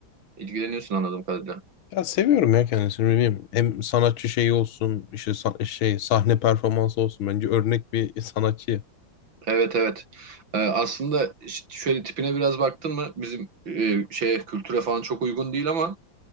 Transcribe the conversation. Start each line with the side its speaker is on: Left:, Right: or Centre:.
Right: İlgileniyorsun anladığım kadarıyla.
Left: Ya seviyorum ya kendisini ne bileyim. Hem sanatçı şeyi olsun, işte sa- şey sahne performansı olsun. Bence örnek bir sanatçı.
Right: Evet evet. Ee, aslında ş- şöyle tipine biraz baktın mı bizim e, şeye kültüre falan çok uygun değil ama